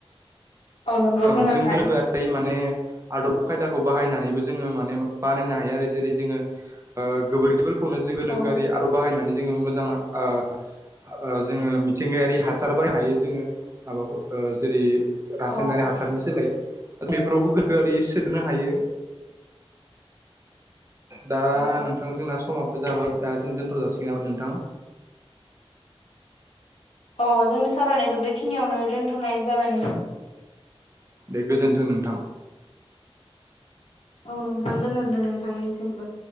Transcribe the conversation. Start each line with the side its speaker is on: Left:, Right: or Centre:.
Left: औ नंगौ
Right: ओं
Left: गोनोखोआरि
Right: जों गोनोखोआरियै माने आदब खायदाखौ बाहायनानैबो जोङो माने बानायनो हायो आरो जेरै जों ओ गोबोरखिफोरखौनो जों गोनोखोआरि
Left: औ
Right: बाहायनानै जों मोजां ओ जों मिथिंगायारि हासार बाहायनो हायो जोङो मा जेरै रासायनारि
Left: औ हायो
Right: हासारनि सोलाय बेफोरावबो गोनोखोआरि सोदेरनो हायो दा
Left: औ औ
Right: नोंथांजों नास समाबो जाबाय दा जों दोनथ' जासिगोन नामा नोंथां
Left: औ औ जोंनि सावरायनायखौ बेखिनियावनो दोनथ'नाय जाबाय नों
Right: बे गोजोन्थों नोंथां।
Left: औ नोंथां गोजोनदों नोंथांनिसिमबो।